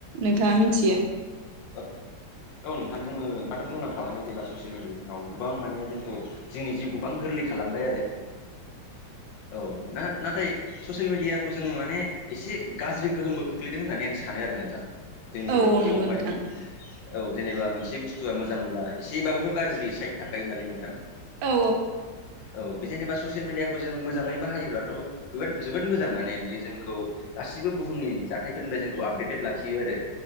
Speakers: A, on the right (about 75°); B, on the left (about 65°).
A: नोंथांङा मिथियो ‌
B: औ औ नोंथां जोंङो नोंथांङाथ' बुंलांखाबाय जेबा ससियेल मिडियाफ्राव गोबां माने जोंखौ जोंनि जिउखौ गोबां गोरलै खालामबाय आरो औ ना नाथाय ससियेल मिडियाखौ जोंङो माने एसे गाज्रि गोहोमबो खोख्लैदों होननानै आं सानो आरो नोंथां। जोंनि
A: औ
B: जिउआवहाय।
A: नंगौ नोंथां
B: औ जेनेबा मोनसे बुस्थुआ मोजांब्ला एसेबाबोथ' गाज्रि साइद थाखायो नालाय नोंथां।
A: औ
B: औ जेनेबा ससियेल मिडियाखौ जों मोजांङै बाहायोब्लाथ' बेफोर जोबोद मोजां माने बियो जोंखौ गासिबो बुहुमनि जाथायफोरनिफ्राय जोंखौ आपडेटेड लाखियो आरो।